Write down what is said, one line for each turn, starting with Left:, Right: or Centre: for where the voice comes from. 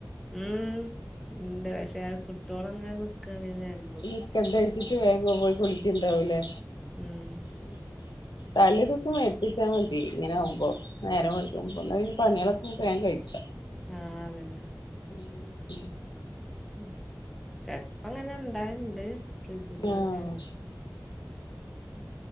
Centre: ഉം ഉണ്ട് പക്ഷെ കിട്ടോകോളങ്ങ് നിക്കാണ് വേഗം
Left: നിക്കണ്ട വെച്ചിട്ട് വേഗങ്ങ് പോയി കുളിച്ചുണ്ടാവൂല്ലേ
Centre: ഉം
Left: ഉം തല്ലേ ദിവസം വരുത്തിച്ചാ മതി ഇങ്ങനെ ആകുമ്പോ നേരെം വെളുക്കുമ്പോ കൊണ്ടേ പിന്നെ പണികളക്കെ വേഗം കഴിക്കാം
Centre: ആ അതന്നെ
Left: <inaudible>
Centre: ഉം. ചെലപ്പങ്ങനെ ഇണ്ടായേണ്ട് ഫ്രിഡ്ജ് കൂടൊക്കെ.
Left: ഉം ആഹ്
Centre: ഉം.